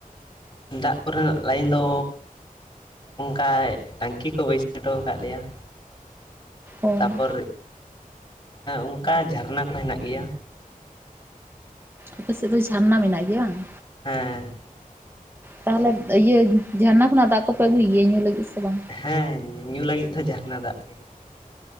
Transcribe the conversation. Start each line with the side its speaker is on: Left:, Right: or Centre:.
Left: ᱫᱟᱜ ᱠᱚᱨᱮᱱᱟᱜ ᱞᱟᱭᱤᱱ ᱫᱚ ᱚᱱᱠᱟᱭ ᱴᱟᱹᱝᱠᱤ ᱠᱚ ᱵᱟᱹᱭᱥᱟᱣ ᱴᱚ ᱟᱠᱟᱫ ᱞᱮᱭᱟ ᱾
Right: ᱚ
Left: ᱛᱟᱯᱚᱨ ᱚᱱᱠᱟ ᱡᱷᱟᱨᱱᱟ ᱠᱚ ᱦᱮᱱᱟᱜ ᱜᱮᱭᱟ ᱾
Right: ᱟᱯᱮ ᱥᱮᱫ ᱫᱚ ᱡᱷᱟᱨᱱᱟ ᱢᱮᱱᱟᱜ ᱜᱮᱭᱟ ᱵᱟᱝ?
Left: ᱦᱮᱸ ᱾
Right: ᱛᱟᱦᱚᱞᱮ ᱤᱭᱟᱹ ᱡᱷᱟᱨᱱᱟ ᱠᱷᱚᱱᱟᱜ ᱫᱟᱜ ᱠᱚᱯᱮ ᱟᱹᱜᱩᱭ ᱜᱮᱭᱟ ᱧᱩ ᱞᱟᱹᱜᱤᱫ ᱥᱮ ᱵᱟᱝ?
Left: ᱦᱮᱸ ᱧᱩ ᱞᱟᱹᱜᱤᱫ ᱫᱚ ᱡᱷᱟᱨᱱᱟ ᱫᱟᱜ ᱜᱮ ᱾